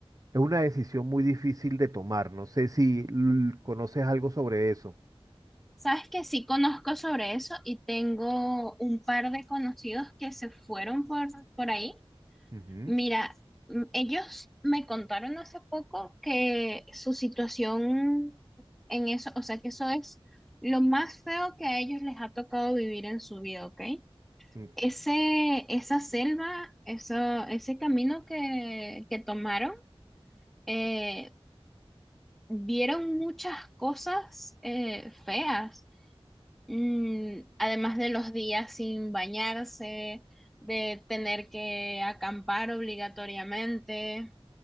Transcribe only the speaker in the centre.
Sabes que sí conozco sobre eso y tengo un par de conocidos que se fueron por, por ahí.
Mira, mm, ellos me contaron hace poco que su situación en eso, o sea, que eso es lo más feo que a ellos les ha tocado vivir en su vida, ¿ok?
Ese, esa selva, eso, ese camino que, que tomaron, eh, vieron muchas cosas eh, feas. Mm, además de los días sin bañarse, de tener que acampar obligatoriamente,